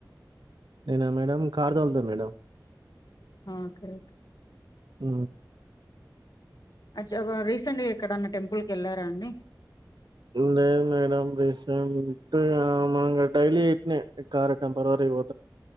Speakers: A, on the right; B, on the left.
A: నేనా మేడం కార్ తొలుతా మేడం
B: ఆ ఓకే ఓకే
A: అ
B: అ రీసెంట్గా ఎక్కడన్నా టెంపుల్ క వెళ్ళారా అండి
A: లేదు మేడం రీసెంట్ మా డైలీ ఇట్నే కార్ టెంపరరీ పో